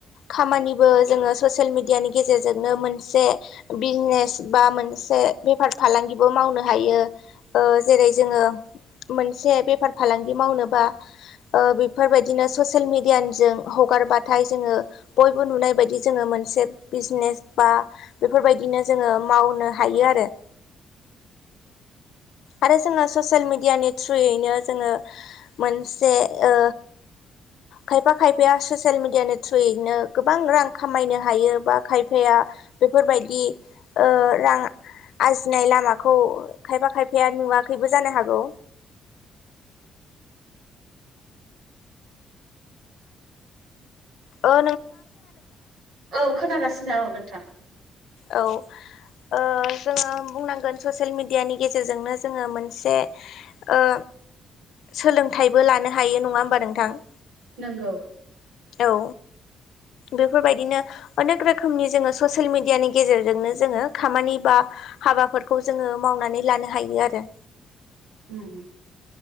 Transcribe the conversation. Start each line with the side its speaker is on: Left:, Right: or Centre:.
Left: खामानि बो जोङो ससियेल मिडियानि गेजेरजोंनो मोनसे बिननेस बा मोनसे बेफार फालांगिबो मावनो हायो ओ जेरै जोङो मोनसे बेफार फालांगि मावनोबा ओ फोरबायदिनो ससेल मिडियानिजों हगारबाथाय जोङो बयबो नुनाय बायदि जोङो मोनसे बिजनेस बा बेफोरबायदिनो जोङो मावनो हायो आरो
Right: <unintelligible>
Left: आरो जोङो ससियेल मिडियानि थ्रुयैनो जोङो मोनसे ओ खायफा खायफाया ससियेल मिडियानि थ्रुयैनो गोबां रां खामायनो हायो बा खायफाया बेफोरबायदि ओ रां आरजिनाय लामाखौ खायफा खायफाया नुवाखैबो जानो हागौ ओ
Right: औ खोनागासिनो औ नोंथां
Left: औ ओ जोङो बुंनांगोन ससियेल मेडियानि गेजेरजोंनो जोङो मोनसे ओ सोलोंथाइबो लानो हायो नङा होमबा नोंथां
Right: नोंगौ
Left: औ बेफोरबायदिनो अनेक रोखोमनि जोङो ससियेल मेडियानि गेजेरजोंनो जोङो खामानि बा हाबाफोरखौ जोङो मावनानै लानो हायो आरो
Right: उम